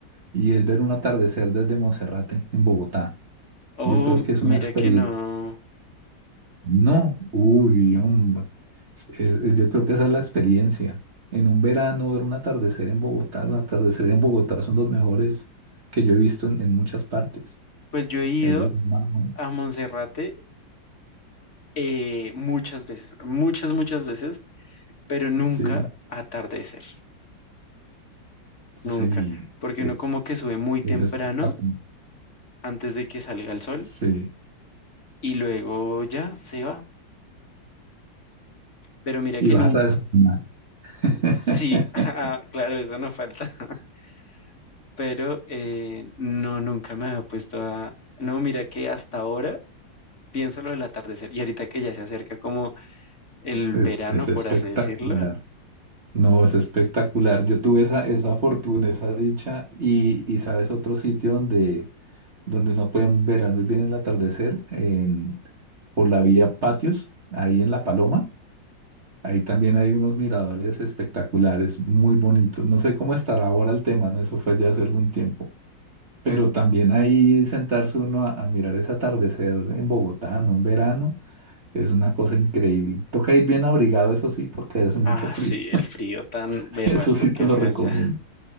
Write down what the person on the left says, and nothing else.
Oh,
mira
que no.
Pues yo he ido
a Monserrate eh, muchas veces, muchas, muchas veces, pero nunca
a atardecer,
nunca, porque
uno como que sube muy temprano
antes de que salga el sol
y luego ya se va. Pero mira
que
nunca,
sí, <laughs> ah, claro, eso no falta, <laughs> pero eh, no, nunca me había puesto a... No, mira que hasta ahora pienso lo del atardecer. Y ahorita que ya se acerca como el
verano,
por así decirlo.
Ah,
sí, el frío tan berraco
que
hace
allá.